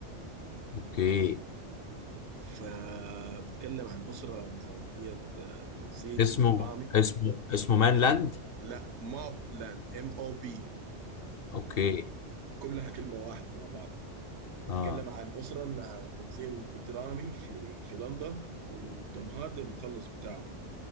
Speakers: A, on the left; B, on the right.
A: اوكي
B: فبيتكلم عن اسره نظاميه آه، تنظيم
A: اسمه
B: اجرامي
A: اسمه اسمه مان لاند
B: لا ماب لاند ام او بي
A: اوكي
B: كلها كلمه واحده مع بعض
A: اه
B: بيتكلم عن اسره انها تنظيم اجرامي في في لندن وتوم هاردي المخلص بتاعه